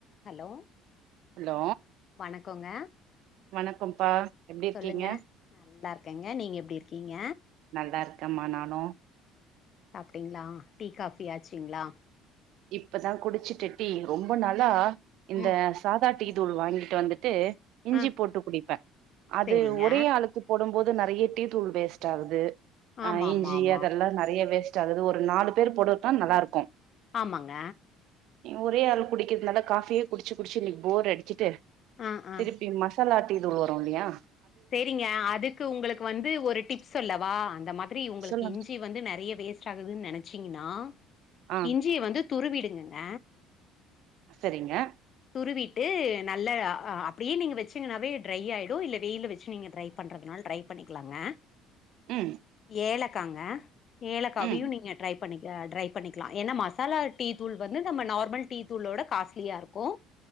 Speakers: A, on the left (about 45°); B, on the right (about 60°).
A: ஹலோ
B: ஹலோ
A: வணக்கோங்க
B: வணக்கம்ப்பா எப்டி இருக்கீங்க
A: சொல்லுங்க நல்லா இருக்கேங்க நீங்க எப்டி இருக்கீங்க
B: நல்லா இருக்கேமா நானு
A: சாப்டீங்ளா டீ காபி ஆச்சுங்ளா
B: இப்பதா குடிச்சுட்டு டீ ரொம்ப நாளா இந்த
A: ம்
B: சாதா டீ தூள் வாங்கிட்டு வந்துட்டு இஞ்சி
A: ஆ
B: போட்டு குடிப்பே அது
A: சேரிங்க
B: ஒரே ஆளுக்கு போடும்போது து நெறய டீ தூள் வேஸ்ட் ஆகுது
A: ஆமா
B: ஆ இஞ்சி
A: ஆமா ஆமா
B: அதெல்லா நெறய வேஸ் செலது ஒரு நாலு பேர் போடுட்டா நல்லா இருக்கு
A: ஆமாங்க
B: நீ ஒரே ஆள் குடிக்கிறதுனால காஃபியே குடிச்சு குடிச்சு இன்னைக்கு போர் அடிச்சிட்டு
A: ஆ ஆ
B: திருப்பி மசாலா டீ தூள் வரு இல்லயா
A: சேரிங்க அதுக்கு உங்களுக்கு வந்து ஒரு டிப்ஸ் சொல்லவா அந்த மாதிரி உங்களுக்கு
B: சொல்லுங்க
A: இஞ்சி வந்து நெறய வேஸ்ட் ஆகுதுன்னு நெனச்சீங்கனா
B: ஆ
A: இஞ்சிய வந்து துருவிடுங்கங்க
B: சரிங்க
A: துருவிட்டு நல்ல அப்டியே நீங்க வச்சீங்கன்னாவே ட்ரை ஆயிடு இல்ல வெயில வச்சு நீங்க ட்ரை பண்றதுனாலு ட்ரை பண்ணிக்கலாங்க
B: ம்
A: ஏலக் இருக்காங்க ஏலக்காவியு
B: ம்
A: நீங்க ட்ரை பண்ணிக் ட்ரை பண்ணிக்லா ஏன்னா மசாலா டீ தூள் வந்து நம்ம நார்மல் டீ தூளோட காஸ்ட்லியா இருக்கு கோ